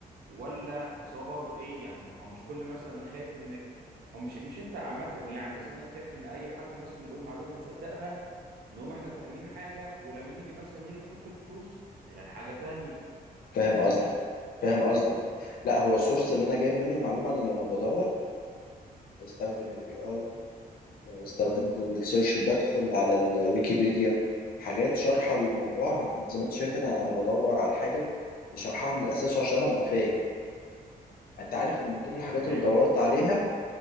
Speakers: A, on the right; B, on the left.
A: ولا اصل هو برضه ايه يعني هو مش كل مثلا انا خايف انك او مش مش انت عامه يعني بس انا خايف ان اي حد مثلا يقول معلومه نصدقها نقوم احنا فاهمين حاجة ولما نيجي مثلا نيجي نحط الفلوس نلاقي حاجة تانية
B: فاهم
A: فاهمني؟
B: قصدك فاهم قصدك لا هو السورس اللي انا جايب منه المعلومه انا لما بدور بستخدم الاي اي بستخدم جوجل سيرش بدخل على الويكيبيديا حاجات شارحة الموضوع يعني زي ما انت شايف كده انا بدور على الحاجة بشرحها من الاساس عشان ابقى فاهم انت عارف من ضمن الحاجات
A: تمام
B: اللي دورت عليها